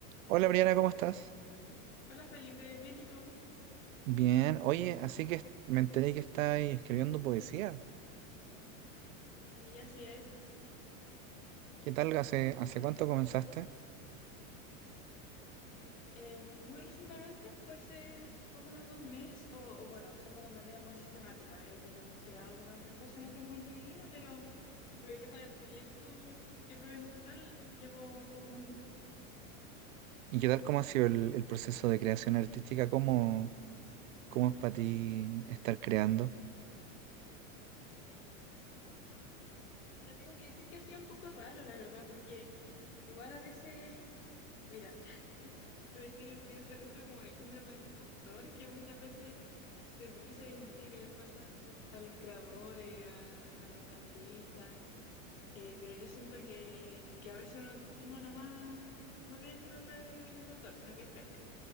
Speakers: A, on the right; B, on the left.
A: Hola Briana, ¿cómo estás?
B: Hola Felipe, bien, ¿y tú?
A: Bien, oye, así que est- me enteré que estáis escribiendo poesía.
B: Sí, así es.
A: ¿Qué tal? ¿Hace, hace cuánto comenzaste?
B: Eh, muy recientemente, puede ser poco más de un mes, o, o bueno, hacerlo de manera más sistemática. He, digamos, creado algunas otras cosas en otros momentos de mi vida, pero, pero ya para el proyecto, eh, propiamente tal, llevo poco más de un mes.
A: ¿Y qué tal cómo ha sido el, el proceso de creación artística? ¿Cómo, cómo es para ti estar creando?
B: Mira, tengo que decir que ha sido un poco raro, la verdad, porque Igual a veces, mira, <laughs> iba a decir, pienso en esto como el síndrome del impostor, que muchas veces se dice hoy en día que les pasa a los creadores, a, a los artistas, eh, pero yo siento que, que a veces uno, uno nomás no tiene síndrome de- del impostor, sino que es penca.